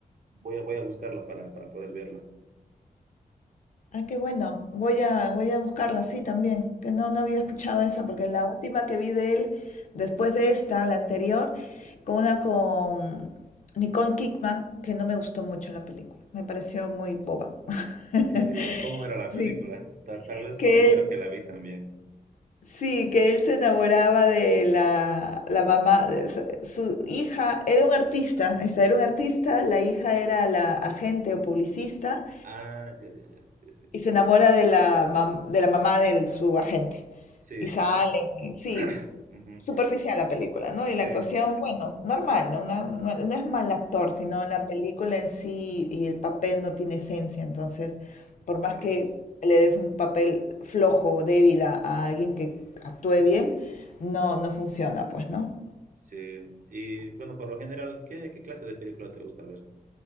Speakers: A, on the right; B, on the left.
A: voy a, voy a buscarla para, para poder verla.
B: Ah, qué bueno, voy a, voy a buscarla, sí, también, que no, no había escuchado esa porque la última que vi de él, después de esta, la anterior, con una con Nicole Kidman, que no me gustó mucho la película, me pareció muy boba. <laughs>
A: Eh, ¿cómo era la
B: Sí,
A: película? Ta- tal vez
B: que
A: que creo que la vi también.
B: Sí, que él se enamoraba de la, la mamá, de s- su hija era un artista, esta era un artista, la hija era la agente o publicista,
A: Ah, ya, ya, ya. Sí, sí.
B: y se enamora de la, mam- de la mamá de su agente.
A: Sí,
B: Y salen,
A: de-
B: y sí,
A: <clears throat> ujú,
B: superficial la película, ¿no?
A: sí,
B: Y la actuación,
A: eh,
B: bueno, normal, ¿no? Una- no, no es mal actor, sino la película en sí y el papel no tiene esencia. Entonces, por
A: sí.
B: más que le des un papel flojo o débil a, a alguien que actúe bien, no, no funciona, pues, ¿no?
A: Sí, y bueno, por lo general, ¿qué, qué clase de película te gusta ver?